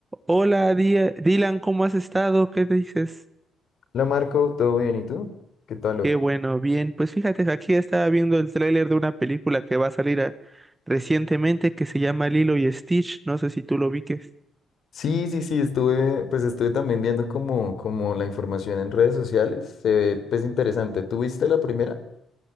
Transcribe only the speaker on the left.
La Marco, ¿todo bien? ¿Y tú? ¿Qué tal hoy?
Sí, sí, sí, estuve, pues estuve también viendo como, como la información en redes sociales. Se ve, pues interesante. tú viste la primera?